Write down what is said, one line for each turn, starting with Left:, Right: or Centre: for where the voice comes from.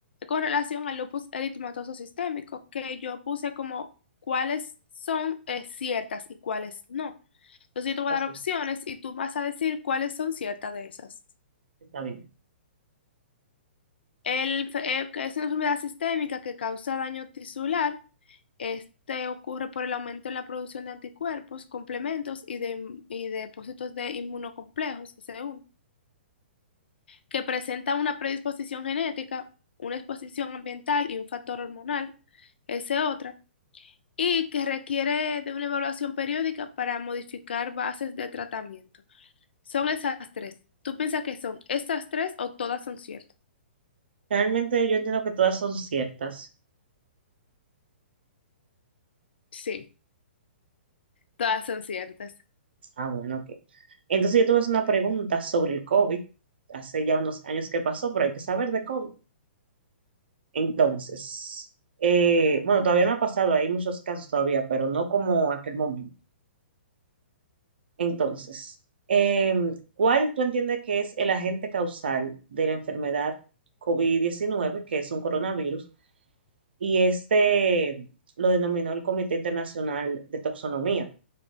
Left: con relación al lupus eritematoso sistémico, que yo puse como cuáles son eh, ciertas y cuáles no. Entonces yo te voy
Right: ok,
Left: a dar opciones y tú vas a decir cuáles son ciertas de esas.
Right: está bien.
Left: El, fe- eh, que es una enfermedad sistémica que causa daño tisular. Este ocurre por el aumento en la producción de anticuerpos, complementos y de, y depósitos de inmunocomplejos, SE1, que presenta una predisposición genética, una exposición ambiental y un factor hormonal, ese otra, y que requiere de una evaluación periódica para modificar bases de tratamiento. Son esas tres. ¿Tú piensas que son estas tres o todas son ciertas?
Right: Realmente yo entiendo que todas son ciertas.
Left: Sí, todas son ciertas.
Right: Ah, bueno, ok. Entonces yo tuve una pregunta sobre el COVID. Hace ya unos años que pasó, pero hay que saber de COVID. Entonces, eh, bueno, todavía no ha pasado, hay muchos casos todavía, pero no como aquel momento. Entonces, eh, ¿cuál tú entiendes que es el agente causal de la enfermedad covid diecinueve, que es un coronavirus? Y este lo denominó el Comité Internacional de Toxonomía.